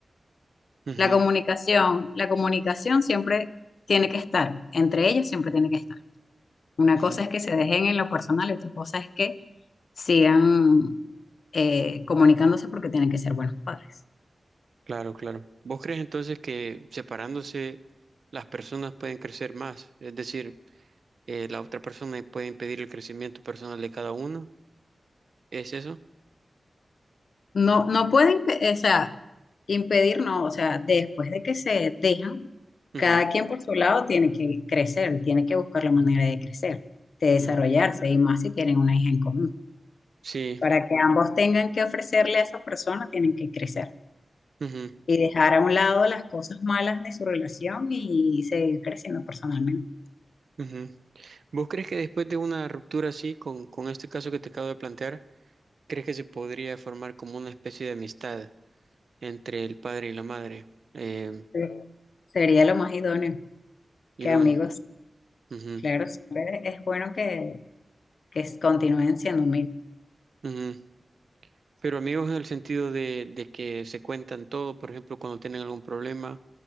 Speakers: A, on the right; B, on the left.
A: Ujú,
B: La comunicación, la comunicación siempre tiene que estar, entre ellos siempre tiene que estar. Una
A: ujú,
B: cosa es que se dejen en lo personal y otra cosa es que sigan eh, comunicándose porque tienen que ser buenos padres.
A: claro, claro. ¿Vos crees entonces que separándose las personas pueden crecer más? Es decir, eh, la otra persona puede impedir el crecimiento personal de cada uno. ¿Es eso?
B: No, no pueden, o sea, impedir, no, o sea, después de que se dejan,
A: Ujú,
B: cada quien por su lado tiene que crecer, tiene que buscar la manera de crecer, de
A: ujú,
B: desarrollarse y más si tienen una hija en común.
A: Sí.
B: Para que ambos tengan que ofrecerle a esa persona, tienen que crecer
A: ujú,
B: y dejar a un lado las cosas malas de su relación y seguir creciendo personalmente.
A: ujú. ¿Vos crees que después de una ruptura así, con, con este caso que te acabo de plantear, crees que se podría formar como una especie de amistad entre el padre y la madre? Eh,
B: Sí. Sería lo más idóneo
A: y
B: que
A: no.
B: amigos,
A: Ujú,
B: claro, siempre es bueno que, que continúen siendo amigos.
A: ujú. Pero amigos en el sentido de, de que se cuentan todo, por ejemplo, cuando tienen algún problema,